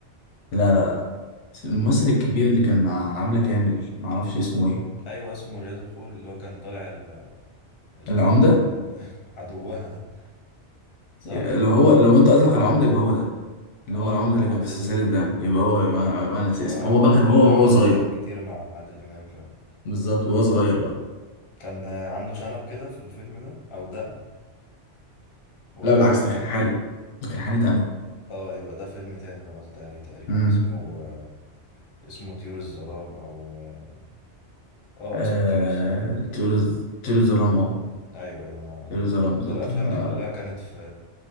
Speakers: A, on the left (about 80°); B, on the left (about 30°).
A: لا لا لا بس الممثل الكبير اللي كان مع عبلة كامل معرفش اسمه ايه
B: ايوه اسمه رياض الخولي اللي هو كان طالع ال- اللي
A: العمدة
B: هو ال- ال- <laughs> عدوها ده صح
A: لو هو لو انت قصدك على العمدة يبقى هو ده اللي
B: اه
A: هو العمدة
B: اه هو
A: اللي كان
B: رياض
A: في سلسلة
B: الخولي
A: دم
B: ايوه
A: يبقى
B: ايوه
A: هو يبقى انا يبقى أنا ناسي
B: ورياض
A: اسمه هو بقى كان
B: الخولي
A: هو
B: ده
A: هو
B: عمل
A: صغير
B: افلام كتير مع عادل امام فعلا
A: بالظبط وهو صغير بقى
B: كان عنده شنب كده في الفيلم ده او دقن ولا
A: لا بالعكس
B: ده في-
A: ده كان حالق ده كان حالق ده انو
B: اه يبقى ده فيلم تاني اللي انا قصدي عليه تقريبا
A: امم
B: اسمه آه، اسمه طيور الظلام او اه آه،
A: آه...
B: اسمه طيور الظلام
A: طيور الز- طيور الظلام اه
B: ايوه ايوه انا
A: طيور الظلام بالظبط
B: في الافلام
A: آه،
B: دي كلها كانت في